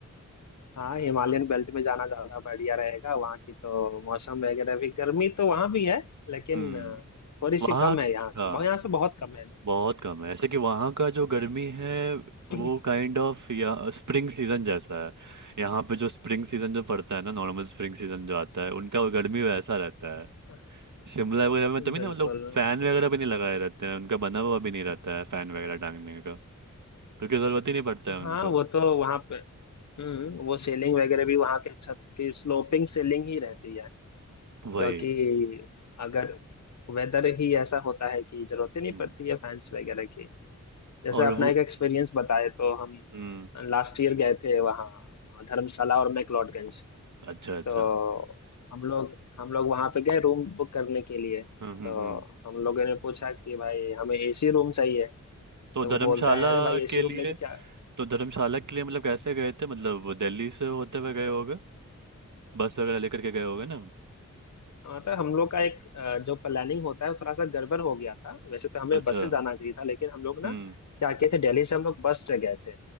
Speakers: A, on the left; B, on the right.
A: हाँ हिमालयन बेल्ट में जाना ज्यादा बढ़िया रहेगा वहाँ की तो मौसम वगैरह भी गर्मी तो वहाँ भी है लेकिन
B: हम्म
A: अ, थोड़ी सी
B: वहाँ
A: कम है यहाँ से
B: हाँ
A: बहुत यहाँ से बहुत कम है
B: बहुत कम है ऐसे कि वहाँ का जो गर्मी है
A: <coughs>
B: वो काइंड ऑफ या स्प्रिंग सीजन जैसा है यहाँ पे जो स्प्रिंग सीजन जो पड़ता है ना नॉर्मल स्प्रिंग सीजन जो आता है उनका वो गर्मी वैसा रहता है
A: <clears throat>
B: शिमला वगैरह में तभी ना
A: बिल्कुल
B: मतलब फैन वगैरह भी नहीं लगाए रहते हैं उनका बना हुआ भी नहीं रहता है फैन वगैरह टांगने का क्योंकि ज़रूरत ही नहीं पड़ता है उनको
A: हाँ वो तो वहाँ पे हम्म वो सेलिंग वगैरह भी वहाँ के छत की स्लोपिंग सेलिंग ही रहती है
B: वही
A: क्योंकि अगर वेदर ही ऐसा होता है कि जरूरत ही नहीं
B: हम्म
A: पड़ती है फैंस वगैरह की जैसे
B: और
A: अपना
B: वो
A: एक एक्सपीरियंस बताए तो हम
B: हम्म
A: लास्ट ईयर गए थे वहाँ धर्मशाला और मैक्लोडगंज
B: अच्छा अच्छा
A: तो हम लोग हम लोग वहाँ पे गए रूम बुक करने के लिए
B: हम्म हम्म
A: तो
B: हम्म
A: हम लोगों ने पूछा कि भाई हमें एसी रूम चाहिए
B: तो
A: तो
B: धर्मशाला
A: वो बोलता है अरे भाई एसी
B: के
A: रूम
B: लिए
A: लेके क्या
B: तो धर्मशाला के लिए मतलब कैसे गए थे मतलब दिल्ली से होते हुए गए होगे बस वगैरह लेकर के गए होगे ना
A: मतलब हम लोग का एक अ, जो प्लानिंग होता है वो थोड़ा सा गड़बड़ हो गया था वैसे तो हमें
B: अच्छा
A: बस से जाना चाहिए था लेकिन हम लोग ना
B: हम्म
A: क्या किए थे दिल्ली से हम लोग बस से गए थे